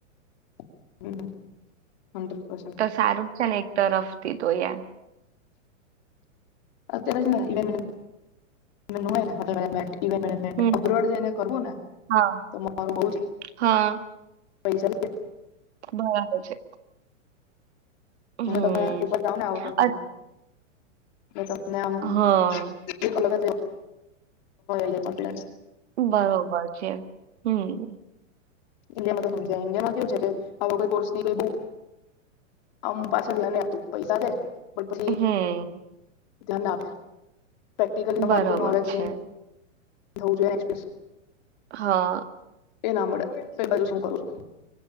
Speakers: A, on the left; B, on the right.
A: <unintelligible> છે
B: તો સારું જ છે ને એક તરફથી તો યાર
A: અત્યારે જ હું ઇવેન મેનેજમેન્ટ હોય ને હોટલ મેનેજમેન્ટ <unintelligible> ઇવેન મેનેજમેન્ટ
B: હમ
A: અબ્રુવડ જઈને કરવું ને
B: હા
A: તો મારુ બઉચ
B: હા
A: પૈસા
B: બરાબર છે. હમ
A: હ તમે એકવાર જાઓ ને આઉટ ઓફ કન
B: અ
A: એ તો આમ ને આમ
B: હા
A: કંઈક અલગ જ રીયો પણ ચોકલેનસ.
B: બરોબર છે હમ્મ.
A: ઈન્ડિયા માં તો સમજાય ઈન્ડિયામાં કેવું છે કે આવો કોઈ કોર્સ ની કોઈ બુક આમ પાછળ ધ્યાન ન આપતું પૈસા દે. બટ પછી
B: હમ્મ.
A: ધ્યાન આપે. પ્રેક્ટિકલી
B: બરોબર
A: તમારું જે નોલેજ
B: છે.
A: ગેન ધવો જાઈએ એક્સપ્રીયનસ.
B: હા.
A: એ ના મળે તો એ બાજુ શું કરું છું.